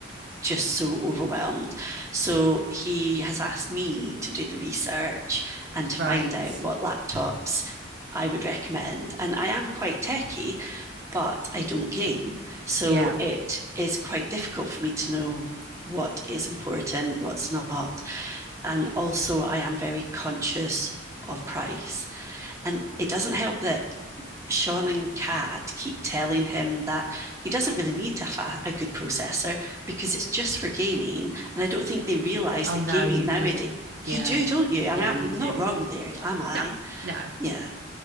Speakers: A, on the right (about 15°); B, on the right (about 55°).
A: just so overwhelmed. So he has asked me to do the research and to find
B: right.
A: out what laptops I would recommend. And I am quite techie, but I don't game. So
B: Yeah.
A: it is quite difficult for me to know what is important, what's not. And also, I am very conscious of price. And it doesn't help that Sean and Kat keep telling him that he doesn't really need a, fa- a good processor because it's just for gaming. And I don't think they realize
B: Oh
A: that
B: no,
A: gaming
B: you
A: nowadays,
B: need a yeah.
A: you do, don't you? I
B: Yeah,
A: mean,
B: you
A: I'm
B: do.
A: not wrong there, am I?
B: No, no,
A: Yeah,